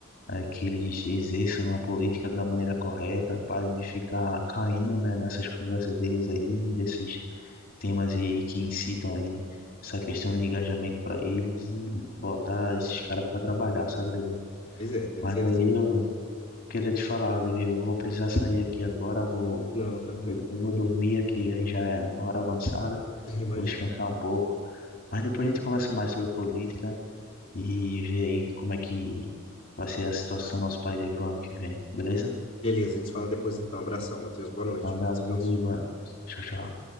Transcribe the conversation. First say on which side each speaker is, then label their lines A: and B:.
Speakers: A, on the left (about 45°); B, on the left (about 25°).
A: eh, que eles exerçam a política da maneira correta, parem de ficar caindo, né, nessas conversas deles aí, desses temas aí que incitam aí essa questão de engajamento para eles e botar esses caras para trabalhar, sabe, Levi?
B: Pois é, tem
A: Mas
B: que ser
A: aí
B: assim.
A: eu queria te falar, Olivia, eu vou precisar sair aqui agora, vou,
B: Não, tranquilo.
A: vou, eu vou dormir aqui, aí já é uma hora avançada,
B: <laughs> Imagino.
A: vou descansar um pouco, mas depois a gente conversa mais sobre política e vê aí como é que vai ser a situação do nosso país aí pro ano que vem, beleza?
B: Beleza, a gente se fala depois então. Abração, Matheus. Boa noite.
A: Um abraço,
B: Descanso.
A: Olivia, tchau, tchau.